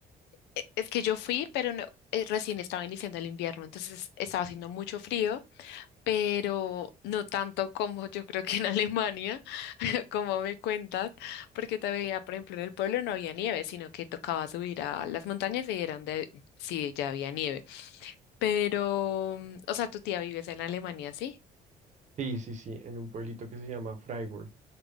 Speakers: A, on the left; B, on the right.
A: E- Es que yo fui, pero no, eh, recién estaba iniciando el invierno, entonces estaba haciendo mucho frío. pero no tanto como yo creo que en Alemania, <laughs> como me cuentas, porque te veía, por ejemplo, en el pueblo no había nieve, sino que tocaba subir a las montañas y eran de sí, ya había nieve. Pero, mm, o sea, tu tía vives en Alemania, ¿sí?
B: Sí, sí, sí, en un pueblito que se llama Freiburg.